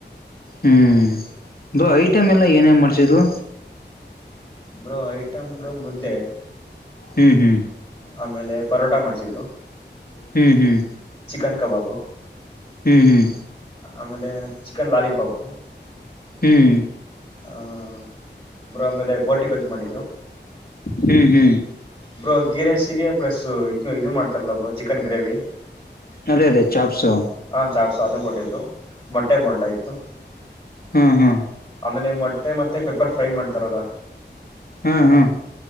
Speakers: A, on the left (about 55°); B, on the left (about 20°).
A: ಹ್ಮ್ ಅ ಐಟಮ್ ಎಲ್ಲ ಏನೇ ಮಾಡ್ಸಿದರು.
B: ಬ್ರೋ ಐಟಮ್ ಬ್ರೋ ಮುದ್ದೆ.
A: ಹ್ಮ್ ಹ್ಮ್.
B: ಆಮೇಲೆ ಪರೋಟ ಮಾಡ್ಿಸಿದ್ರು.
A: ಹ್ಮ್ ಹ್ಮ್.
B: ಚಿಕನ್ ಕಾಬಾಬು.
A: ಹ್ಮ್ ಹ್ಮ್.
B: ಆಮೇಲೆ ಚಿಕನ್ ಲಾಲಿಪಾಪ.
A: ಹ್ಮ್.
B: ಹ ಅ್ರ ಆಮೇಲೆ ಬೋಟಿ ಗೋಜ್ಜು ಮಾಡಿದ್ರು.
A: ಹ್ಮ್ ಹ್ಮ್.
B: ಬ್ರೋ ಗೀ ರೈಸಿಗೆ ಪ್ಲಸ್ ಇದು ಇದು ಮಾಡ್ತಾರಲ್ಲ ಬ್ರೋ ಚಿಕನ್ ಗ್ರೇವಿ.
A: ಅದೇ ಅದೇ ಚಾಪ್ಸು
B: ಹಾ ಚಾಪ ಸಾದುನ ಕೊಟ್ಟಿದ್ರು ಮೊಟ್ಟೆ ಬೋಂಡಾ ಇತ್ತು
A: ಹ್ಮ್ಮ್ ಹ್ಮ್ಮ್.
B: ಆಮೇಲೆ ಮೊಟ್ಟೆ ಮತ್ತೆ ಪೆಪ್ಪರ್ ಫ್ರೈ ಮಾಡ್ತಾರಲ್ಲ.
A: ಹು ಹು.